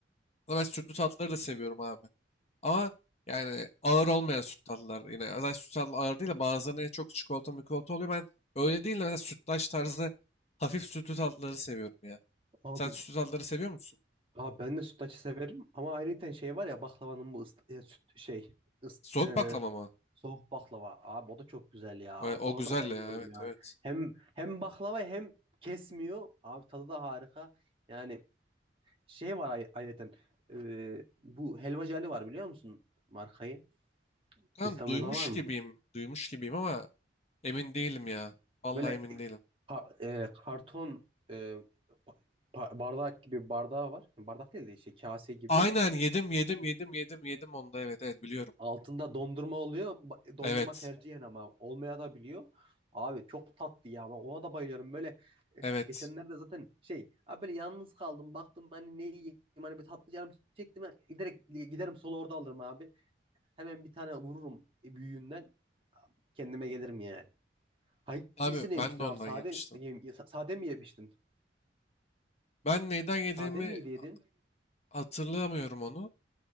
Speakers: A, on the left; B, on the right.
A: Ama ben sütlü tatlıları da seviyorum abi. Ama yani ağır olmayan süt tatlılar. Yine zaten süt tatlı ağır değil de bazılarında çok çikolata mikolata oluyor. Ben öyle değil de mesela sütlaç tarzı hafif sütlü tatlıları seviyorum ya.
B: Abi,
A: Sen sütlü tatlıları seviyor musun?
B: abi ben de sütlaçı severim ama ayrıca şey var ya baklavanın bu ıs- e, süt şey ıs-
A: Soğuk baklava
B: e,
A: mı?
B: soğuk baklava. Abi o da çok güzel ya.
A: O, o
B: Ona
A: güzel
B: da bayılıyorum
A: ya evet
B: yani.
A: evet.
B: Hem hem baklava hem kesmiyor. Abi tadı da harika. Yani Şey var ay ayrıca e, bu Helvacı Ali var biliyor musun markayı?
A: Kan
B: İstanbul'da
A: duymuş
B: var mı?
A: gibiyim. Duymuş gibiyim ama emin değilim ya. Vallahi
B: Böyle
A: emin değilim.
B: ka- e, karton e, ba- ba- bardak gibi bardağı var. Yani bardak değil de işte kase gibi.
A: Aynen yedim yedim yedim yedim yedim onda evet evet biliyorum.
B: Altında dondurma oluyor. Ba- Dondurma
A: Evet
B: tercihen ama olmaya da biliyor. Abi çok tatlı ya. Ben ona da bayılıyorum. Böyle
A: evet.
B: geçenlerde zaten şey abi böyle yalnız kaldım. Baktım hani ne yiyeyim hani bir tatlı canım çektim. Direkt giderim solo orada alırım abi. Hemen bir tane vururum büyüğünden. Kendime gelirim yani. Hangisini
A: Abi
B: yemiştin
A: ben de ondan
B: abi? Sade,
A: yemiştim.
B: yem- sade mi yemiştin?
A: Ben neyden yediğimi
B: Sade miydi yedin?
A: Hatırlamıyorum onu.